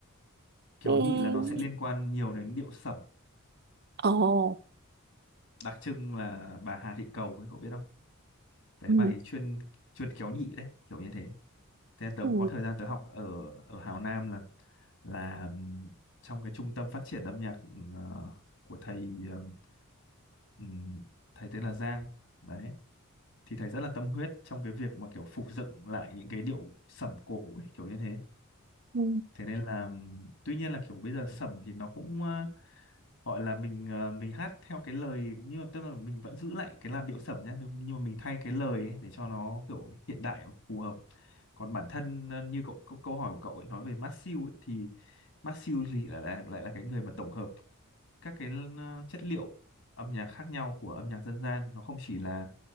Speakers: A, on the left (about 60°); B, on the right (about 50°).
A: kéo
B: ừm,
A: nhị là nó sẽ liên quan nhiều đến điệu sẩm
B: ồ
A: đặc trưng là bà Hà Thị Cầu ấy cậu biết không đấy
B: Ừ.
A: bà ấy chuyên chuyên kéo nhị đấy kiểu như thế thế tớ
B: Ừ.
A: cũng có thời gian tớ học ở ở Hào Nam là là ừm, trong cái trung tâm phát triển âm nhạc ừm, ờ, của thầy ừm, ừm, thầy tên là Giang đấy thì thầy rất là tâm huyết trong cái việc mà kiểu phục dựng lại những cái điệu sẩm cổ ấy, kiểu như thế
B: Ừ.
A: thế nên là ừm, tuy nhiên là kiểu bây giờ sẩm thì nó cũng ờ, gọi là mình ờ, mình hát theo cái lời nhưng mà tức là mình vẫn giữ lại cái làn điệu sẩm nhé nhưng nhưng mà mình thay cái lời ấy để cho nó kiểu hiện đại và phù hợp còn bản thân ờ, như cậu, câu câu hỏi của cậu ấy nói về Masew ấy, thì Masew thì lại là lại là cái người mà tổng hợp các cái ờ, chất liệu âm nhạc khác nhau của âm nhạc dân gian nó không chỉ là